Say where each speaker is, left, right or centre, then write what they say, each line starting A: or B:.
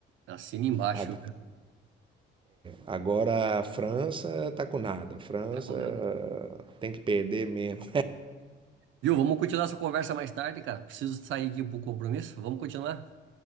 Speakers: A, on the right; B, on the right.
A: Assina embaixo,
B: A-
A: viu?
B: Agora a França tá com nada. A França
A: Tá com nada.
B: ah, tem que perder mesmo.
A: Viu? Vamos continuar essa conversa mais tarde, cara. Preciso sair aqui pro compromisso. Vamos continuar?